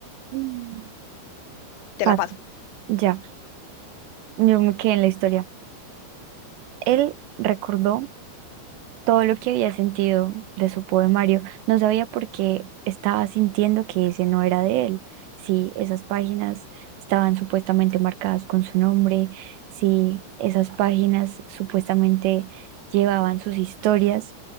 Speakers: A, on the right; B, on the left.
A: Mm.
B: Te
A: Paso,
B: la paso.
A: ya. Yo me quedé en la historia. Él recordó todo lo que había sentido de su poemario. No sabía por qué estaba sintiendo que ese no era de él. Si esas páginas estaban supuestamente marcadas con su nombre, si esas páginas supuestamente llevaban sus historias.